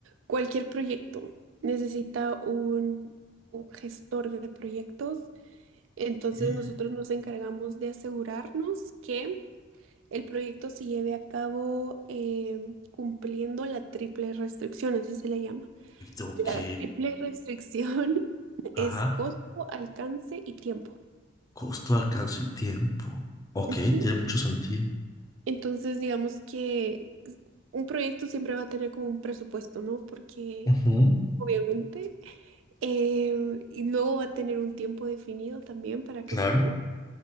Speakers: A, on the right; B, on the left.
A: cualquier proyecto necesita un, un gestor de proyectos. Entonces
B: Eh,
A: nosotros nos encargamos de asegurarnos que el proyecto se lleve a cabo em, cumpliendo la triple restricción, así se le llama.
B: Ok.
A: La triple restricción <laughs>
B: Ajá.
A: es costo, alcance y tiempo.
B: Costo, alcance y tiempo. Ok,
A: Ujú.
B: tiene mucho sentido.
A: Entonces, digamos que un proyecto siempre va a tener como un presupuesto, ¿no? Porque
B: Ujú,
A: obviamente, em, y luego va a tener un tiempo definido también para
B: claro.
A: que se cumpla